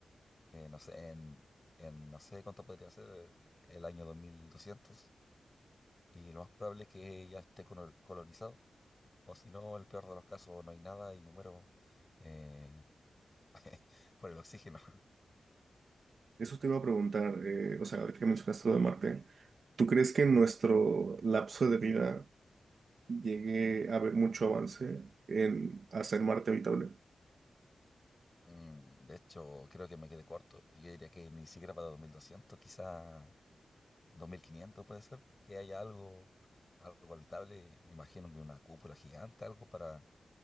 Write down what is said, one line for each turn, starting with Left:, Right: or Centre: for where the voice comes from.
Left: Eh, no sé, en, en no sé cuánto podría ser el año dos mil doscientos Y lo más probable es que ya esté colo- colonizado. O si no, el peor de los casos, no hay nada y me muero eh, <laughs> por el oxígeno.
Right: Eso te iba a preguntar, eh, o sea, ahorita que mencionaste lo de Marte, ¿tú crees que en nuestro lapso de vida llegue a haber mucho avance en hacer Marte habitable?
Left: Mm, de hecho, creo que me quedé corto. Yo diría que ni siquiera para 2200, quizá 2500 puede ser. Que haya algo, algo habitable. Me imagino que una cúpula gigante, algo para,